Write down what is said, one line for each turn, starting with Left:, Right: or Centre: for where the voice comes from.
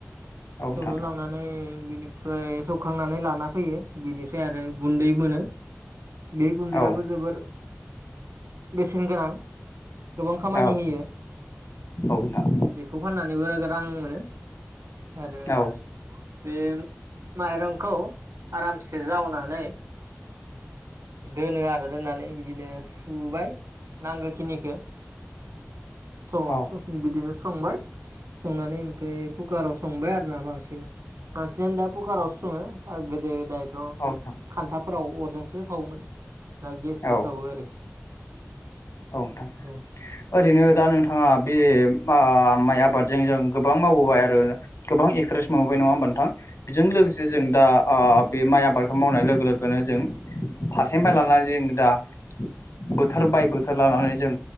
Left: औ नोंथां
Right: सौनो लांनानै बिनि फ्राय सौखांनानै लाना फैयो बिनिफ्राय आरो गुन्दै मोनो बे गुन्दैयाबो
Left: औ
Right: जोबोर बेसेन गोनां गोबां खामानि
Left: औ
Right: होयो
Left: औ नोंथां
Right: बेखौ फाननानैबो रां मोनो आरो
Left: औ।
Right: बे माइरंखौ आरामसे जावनानै दोनो आरो दोननानै बिदिनो सुबाय नांगो खिनिखो स-ससमि
Left: औ
Right: बिदिनो संबाय संनानै ओमफ्राय फुकाराव संबाय आरोना बांसिन बांसिनानो दा फुकारावसो सङो आ गोदो दाय द
Left: नोंथां
Right: खान्थाब फोराव अरजास ओ सावोमोन दा गेसजों
Left: औ
Right: सावो आरो।
Left: औ नोंथां
Right: औ
Left: ओरैनो दा नोंथाङा बे मा माइ आबादजें जों गोबां मावबोबाय आरो गोबां एक्सप्रेस मो नंया होमबा नोंथां बेजों लोगोसे जों दा आ बे माइ आबादखौ मावनाय लोगो लोगोनो जों फारसें बाय लानानै जों दा बोथोर बाय बो चोर लानानै जों